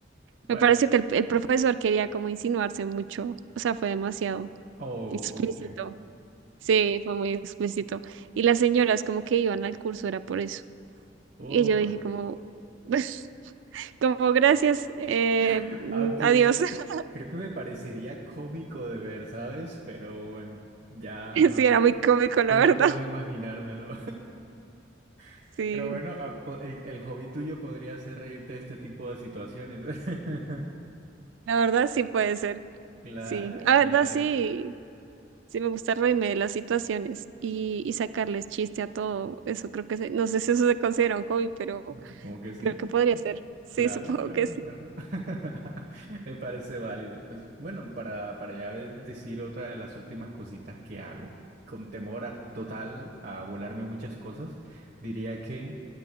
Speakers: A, on the right; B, on the right.
A: Bueno,
B: Me parece que el, el profesor quería como insinuarse mucho, o sea, fue demasiado
A: oh,
B: explícito.
A: ok.
B: Sí, fue muy explícito. Y las señoras como que iban al curso, era por eso.
A: Oh,
B: Y yo
A: bueno.
B: dije como, <laughs> como gracias, eh,
A: <laughs>
B: mm,
A: Aunque
B: adiós. <laughs>
A: creo que me parecería cómico de ver, ¿sabes? Pero bueno, ya
B: Sí, era muy cómico, la
A: solo
B: verdad.
A: puedo imaginármelo. <laughs>
B: Sí,
A: Pero bueno, a- po- el, el hobby tuyo podría ser reírte de este tipo de situaciones. <laughs>
B: la verdad sí puede ser.
A: Claro,
B: Sí, la
A: claro.
B: verdad sí, sí me gusta reírme de las situaciones y, y sacarles chiste a todo. Eso creo que, se- no sé si eso se considera un hobby, pero
A: Supongo que sí.
B: creo que podría ser. Sí,
A: Claro,
B: <laughs> supongo
A: claro,
B: que sí.
A: claro. <laughs> Me parece válido. Pues bueno, para, para ya de- decir otra de las últimas cositas que hago, con temor a- total a volarme muchas cosas, diría que...